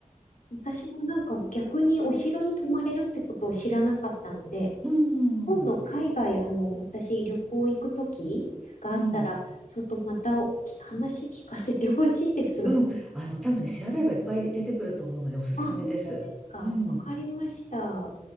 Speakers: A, on the left; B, in the centre.
A: 私もなんか逆にお城に泊まれるってことを知らなかったので、
B: うん。
A: 今度海外、あの、私旅行行くときがあったら、
B: うん。
A: ちょっとまたおき話聞かせてほしいです。
B: うん。あの、多分ね、調べればいっぱい出てくると思うのでおすすめです。
A: あ、本当ですか。
B: うん。
A: わかりました。